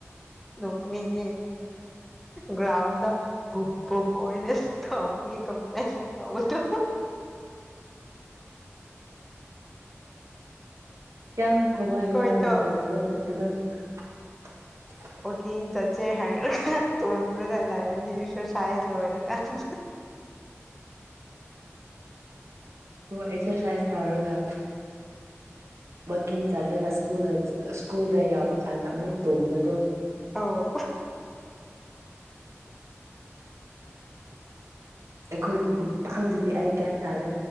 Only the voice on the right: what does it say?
ꯌꯥꯝ ꯊꯋꯥꯏ
ꯌꯥꯎꯅ ꯁꯥꯟꯅꯕ ꯆꯔꯠꯇꯨꯗꯣ <unintelligible>
ꯑꯣ ꯑꯦꯛꯁꯔꯁꯥꯏꯁ ꯇꯧꯔꯒ ꯋꯥꯛꯀꯤꯡ ꯆꯠꯂꯒ ꯁꯀꯨꯜꯗ ꯁ꯭ꯀꯨꯜꯗ ꯌꯥꯎꯕ ꯀꯥꯟꯗ ꯑꯃꯨꯛ ꯇꯣꯡꯕꯗꯣ
ꯑꯩꯈꯣꯏꯒꯤ ꯈꯨꯄꯥꯡꯁꯤꯗꯤ ꯑꯩ ꯒ꯭ꯟ ꯇꯥꯔꯦ